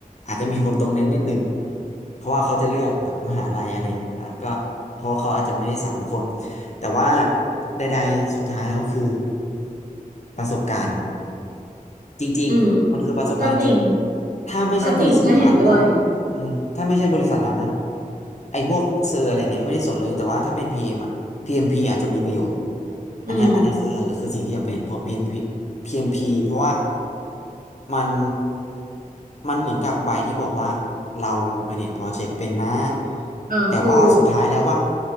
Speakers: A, on the left; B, on the right.
A: อชอาร์อาจจะมีผลตรงนั้นนิดนึงเพราะว่าเขาจะเลือกแบบมหาลัยอะไรเงี้ยอ่ะก็เพราะเขาอาจจะไม่ได้สารทุกคนแต่ว่าใดๆสุดท้ายแล้วคือประสบการณ์ จริงๆมันคือประสบการณ์จริง
B: อืมก็จริง
A: ถ้าไม่ใช่บริษัทรัฐนะ
B: ก็จริงก็เห็นด้วย
A: อืมถ้าไม่ใช่บริษัทนั้นนะไอ้พวกเซอร์อะไรเงี้ยไม่ได้สนเลยแต่ว่าถ้าเป็น PM อมอ่ะพีเอมพีอาจจะมีประโยชน์อันเนี้ยอันเนี้ยคือคือสิ่งที่จะเป็นเพราะ
B: อืม
A: PMP p พีพีเอ็มพเพราะว่ามันมันเหมือนกับใบที่บอกว่าเรา manage project เป็นนะ
B: อ่าถูก
A: แต่ว่าสุดท้ายแล้วว่า